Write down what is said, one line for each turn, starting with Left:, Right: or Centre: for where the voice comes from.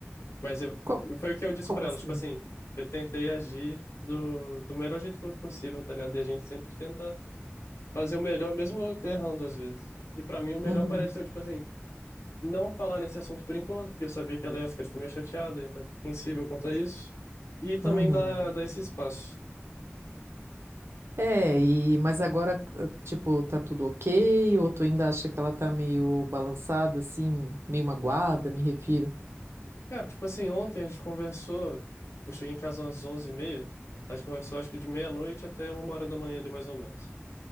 Left: mas eu,
Right: Co-
Left: foi o que eu disse
Right: Como,
Left: pra ela,
Right: assim?
Left: tipo assim, eu tentei agir do, do melhor jeito possível, tá ligado? E a gente sempre tenta fazer o melhor, mesmo errando às vezes. E pra mim o melhor
Right: Uhum,
Left: pareceu, tipo assim, não falar nesse assunto por enquanto, porque eu sabia que ela ia ficar, tipo, meio chateada, ia estar sensível quanto a isso. E também
Right: uhum.
Left: dar, dar esse espaço.
Right: É, e mas agora, eh, tipo, tá tudo ok? Ou tu ainda acha que ela tá meio balançada, assim, meio magoada, me refiro?
Left: Cara, tipo assim, ontem a gente conversou. Eu cheguei em casa umas onze e meia A gente conversou acho que de meia-noite até uma hora da manhã ali, mais ou menos.